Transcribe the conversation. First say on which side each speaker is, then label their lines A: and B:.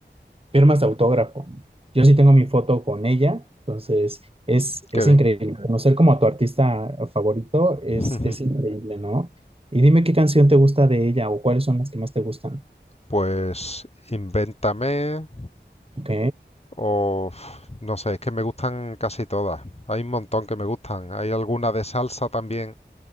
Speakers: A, on the right; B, on the left.
A: firmas de autógrafo. Yo sí tengo mi foto con ella, entonces es, es
B: Qué bien.
A: increíble. Conocer como a tu artista favorito es,
B: <laughs>
A: es increíble, ¿no? Y dime qué canción te gusta de ella o cuáles son las que más te gustan.
B: Pues Invéntame
A: Ok.
B: o uf, no sé, es que me gustan casi todas. Hay un montón que me gustan. Hay alguna de salsa también